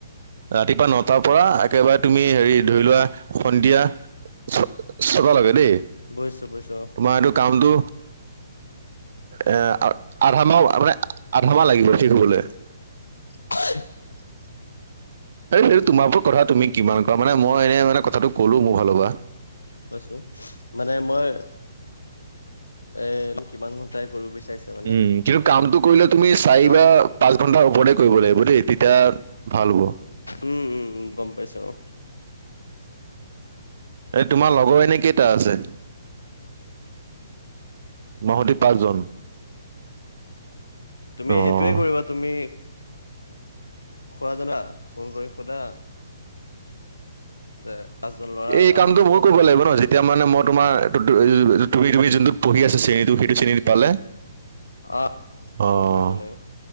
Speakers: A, on the right (about 50°); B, on the left (about 80°).
A: ৰাতিপুৱা নটাৰ পৰা একেবাৰে তুমি হেৰি ধৰি লোৱা সন্ধিয়া চ চটা লগে দেই।
B: বুজছোঁ বুজিছোঁ অ',
A: তোমাৰ এইটো কামটো এ আধা মাহ মানে আধা মাহ লাগিব শেষ হবলে।
B: <inaudible>
A: এই তোমাৰ ওপৰত কথা তুমি কিমান কৰা মানে মই এনেই মানে কথাটো ক'লো মোৰ ফালৰ পৰা।
B: কৈছো মানে মই এ কিমান ঘণ্টাই কৰিব বিচাৰিছো মানে
A: উম, কিন্তু কামটো কৰিলে তুমি চাৰি
B: কাৰণ
A: বা পাঁচ ঘন্টাৰ ওপৰতে কৰিব লাগিব দেই তেতিয়া ভাল হ'ব।
B: উম, উম, উম, গম পাইছো অ',
A: এই তোমাৰ লগৰ এনে কেইটা আছে? নহদি পাঁচজন।
B: তুমি
A: অ'।
B: সেইটোয়ে কৰিবা তুমি খোৱা জানা ফোন কৰি খুদা? যে ল'ৰা
A: এই
B: আহিব
A: কামটো বহু কৰিব লাগিব ন' যেতিয়া মানে মই তোমাৰ তুমি তুমি যোনটোত পঢ়ি আছা শ্ৰেণী টু সেইটো চেলাৰী পালে
B: অ', তোমাকো
A: অ',
B: কৰিব লাগে আৰু